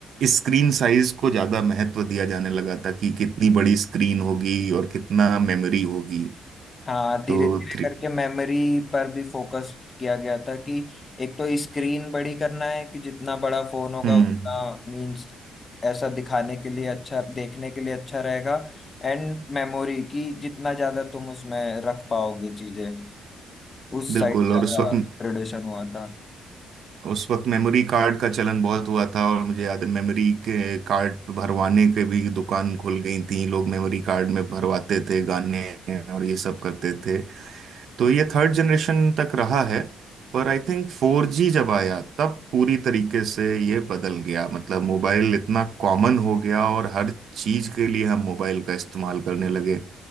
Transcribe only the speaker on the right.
स्क्रीन साइज को ज्यादा महत्व दिया जाने लगा था कि कितनी बड़ी स्क्रीन होगी और कितना मेमोरी होगी
तो
थ्री
हम्म
बिल्कुल
और उस वक्त
उस वक्त मेमोरी कार्ड का चलन बहुत हुआ था और मुझे याद है मेमोरी के कार्ड भरवाने के भी दुकान खुल गई थी लोग मेमोरी कार्ड में भरवाते थे गाने और ये सब करते थे तो ये थर्ड जनरेशन तक रहा है पर आई थिंक फोर जी जब आया तब पूरी तरीके से ये बदल गया मतलब मोबाइल इतना कॉमन हो गया और हर चीज के लिए हम मोबाइल का इस्तेमाल करने लगे